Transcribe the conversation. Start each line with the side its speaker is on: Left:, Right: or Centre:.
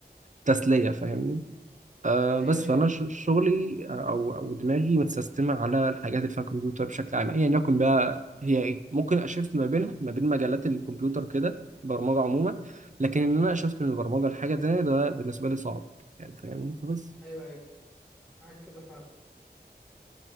Right: كتسلية فاهمني آه
Centre: ايوه
Right: بس
Centre: ايوه
Right: فانا ش- شغلي آه، او او دماغي متسيستمه على الحاجات اللي فيها كمبيوتر بشكل عام ايا يكن بقى هي ايه ممكن اشفت ما بينها ما بين مجالات الكمبيوتر كده برمجه عموما لكن ان انا اشفت من البرمجه لحاجه تانية ده بالنسبه لي صعب يعني فاهمني فبس
Centre: ايوه ايوه معاك في ده فعلا